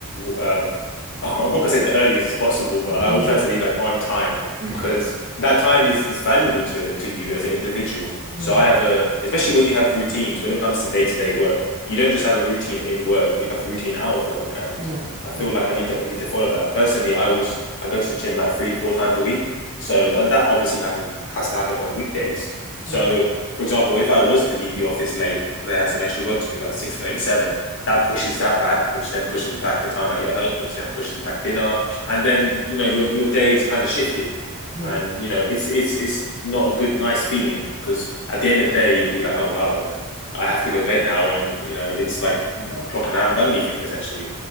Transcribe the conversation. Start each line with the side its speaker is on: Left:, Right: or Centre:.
Left: um, <laughs> I'm not gonna say the earliest as possible, but
Right: <laughs>
Left: I will
Right: Yeah.
Left: try to leave like on time
Right: <laughs>
Left: because that time is is valuable to to you as an individual.
Right: Yeah.
Left: So I have a, especially when you have routines, when it comes to day-to-day work, you don't just have a routine in work, you have routine out of work, and
Right: Yeah.
Left: I
Right: Yeah.
Left: feel like I need to I need to follow that. Personally, I always I go to the gym like three, four times a week, so
Right: Okay.
Left: that that obviously happen has to happen on weekdays.
Right: Yeah.
Left: So, for example, if I was to leave the office late because I had some extra work to do at 6:37, that pushes that back, which then pushes back the time I get home, which then pushes back dinner, and then you know your your day is kind of shifted,
Right: Yeah.
Left: and you know it's it's it's not a good nice feeling because at the end of the day you'll be like oh wow like I have to go to bed now and you know it's like one o'clock and I haven't done anything essentially,